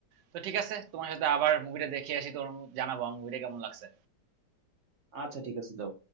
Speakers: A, on the right; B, on the right.
A: তো ঠিক আছে তোমার সাথে আবার মুভিটা দেখে আসি তোমার জানাবো আমার মুভিটা কেমন লাগছে
B: আচ্ছা ঠিক আছে যাও